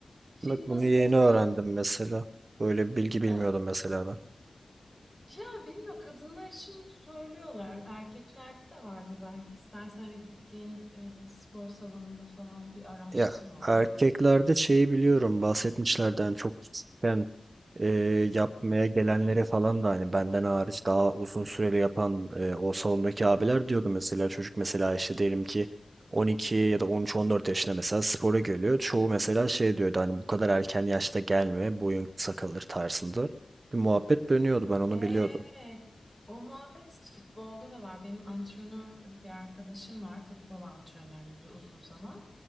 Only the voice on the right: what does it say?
Bak bunu yeni
öğrendim mesela. Böyle bir bilgi bilmiyordum
mesela ben.
Ya
erkeklerde şeyi biliyorum bahsetmişlerden hani çok küçükken e, yapmaya gelenlere falan da hani benden hariç daha uzun süreli yapan e, o salondaki abiler diyordu mesela çocuk mesela işte diyelim ki 12 ya da 13-14 yaşında mesela spora geliyor. Çoğu mesela şey diyordu hani bu kadar erken yaşta gelme boyun kısa kalır tarzında bir muhabbet dönüyordu ben onu
biliyordum.